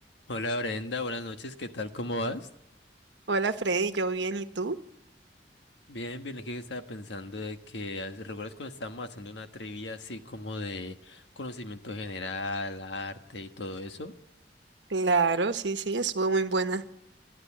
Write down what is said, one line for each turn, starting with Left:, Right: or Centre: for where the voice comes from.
Left: Hola Brenda, buenas noches, ¿qué tal? ¿Cómo vas?
Right: Hola Freddy, yo bien, ¿y tú?
Left: Bien, bien, aquí estaba pensando de que, hace- ¿recuerdas cuando estábamos haciendo una trivia así como de conocimiento general, arte y todo eso? <laughs>
Right: Claro, sí, sí, estuvo muy buena.